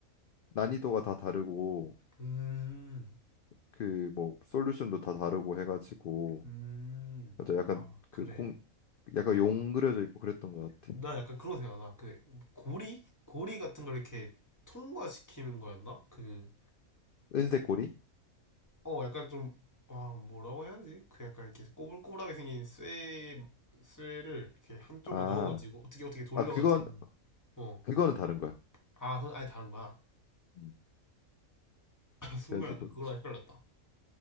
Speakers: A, on the left; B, on the left.
A: 난이도가 다 다르고.
B: 음,
A: 그 뭐 솔루션도 다 다르고 해가지고
B: 음.
A: 맞아 약간
B: 아, 그래.
A: 그 공 약간 용 그려져 있고 그랬던 것 같아.
B: 나 약간 그런 생각 나. 그, 고리? 고리 같은 걸 이렇게 통과시키는 거였나? 그,
A: 은색 고리?
B: 어, 약간 좀, 와, 뭐라고 해야 되지? 그 약간 이렇게 꼬불꼬불하게 생긴 쇠, 쇠를 이렇게 한쪽으로
A: 아,
B: 넣어가지고, 어떻게 어떻게 돌려가지고,
A: 아 그건
B: 어,
A: 그거는 다른 거야.
B: 아, 그건 아예 다른 거야.
A: 음.
B: <laughs> 순간
A: 그래가지고
B: 약간 그거랑 헷갈렸다.